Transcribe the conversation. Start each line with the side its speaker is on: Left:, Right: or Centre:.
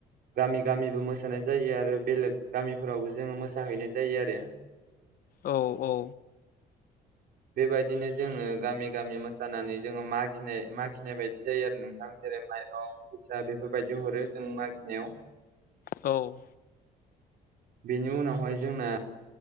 Right: गामि गामिबो मोसानाय जायो आरो बेलेग गामि फोरावबो जोङो मोसाहैनाय जायो आरो
Left: औ औ गौ
Right: बेबायदिनो जोङो गामि गामि मोसानानै जोङो मागिनाय मागिनाय बायदि जायो आरो नोंथां जेरै माइरं फैसा बेफोरबायदि हरो जों मागिनायाव
Left: औ
Right: बेनि उनावहाय जोंना